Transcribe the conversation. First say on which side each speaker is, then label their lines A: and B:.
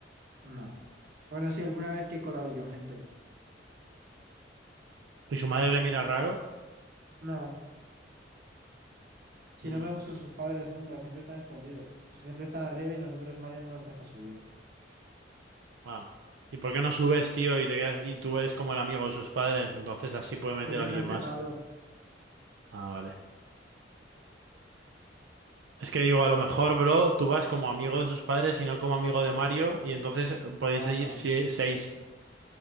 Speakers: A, on the right; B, on the right.
A: No. Bueno, sí, alguna vez que he colado yo gente.
B: ¿Y su madre le mira raro?
A: No. Si
B: Mm,
A: no vemos a sus padres nunca, siempre están escondidos. O sea, siempre están arriba y nosotros Mario no nos deja subir.
B: ah. ¿Y por qué no subes, tío, y te quedas- y tú eres como el amigo de sus padres? Entonces así puede meter
A: Porque
B: a
A: está
B: alguien
A: cerrado.
B: más. Ah, vale. Es que digo, a lo mejor, bro, tú vas como amigo de sus padres y no como amigo de Mario, y entonces eh, podéis
A: Raro.
B: ir sie- seis.